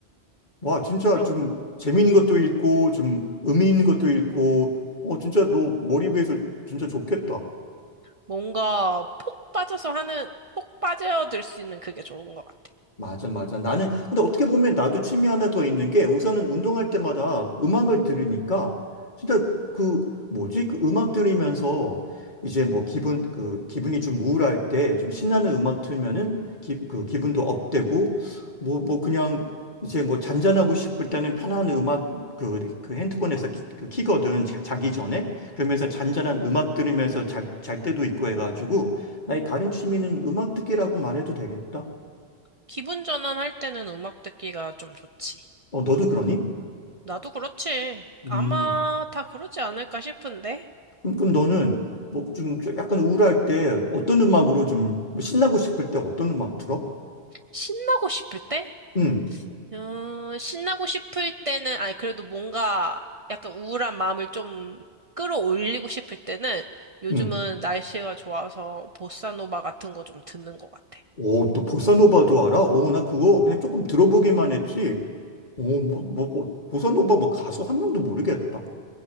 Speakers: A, on the left; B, on the right.
A: 와, 진짜
B: 그런
A: 좀 재미있는 것도 읽고, 좀 의미 있는 것도 읽고, 어, 진짜 너 머리 위해서 진짜 좋겠다.
B: 뭔가 폭 빠져서 하는 폭 빠져들 수 있는 그게 좋은 것 같아.
A: 맞아, 맞아. 나는, 근데 어떻게 보면 나도 취미 하나 더 있는 게 우선은 운동할 때마다 음악을 들으니까 진짜 그 뭐지? 그 음악 들으면서 이제 뭐 기분, 그 기분이 좀 우울할 때 좀 신나는 음악 틀면은 기, 그 기분도 업되고 뭐, 뭐 그냥 이제 뭐 잔잔하고 싶을 때는 편한 음악 그, 그 핸드폰에서 키, 그 키거든. 자, 자기 전에. 그러면서 잔잔한 음악 들으면서 잘, 잘 때도 있고 해가지고 나의 다른 취미는 음악 듣기라고 말해도 되겠다.
B: 기분 전환할 때는 음악 듣기가 좀 좋지.
A: 어, 너도 그러니?
B: 나도 그렇지.
A: 음,
B: 아마 다 그러지 않을까 싶은데?
A: 그럼, 그럼 너는 뭐 좀 약간 우울할 때 어떤 음악으로 좀뭐 신나고 싶을 때 어떤 음악 들어?
B: 신나고 싶을 때?
A: 응,
B: 어, 신나고 싶을 때는, 아니, 그래도 뭔가 약간 우울한 마음을 좀 끌어올리고 싶을 때는 요즘은
A: 응.
B: 날씨가 좋아서 보사노바 같은 거 좀 듣는 것 같아.
A: 오, 너 보사노바도 알아? 오, 나 그거 그냥 조금 들어보기만 했지. 오, 뭐, 뭐, 어, 보사노바 뭐 가수 한 명도 모르겠다.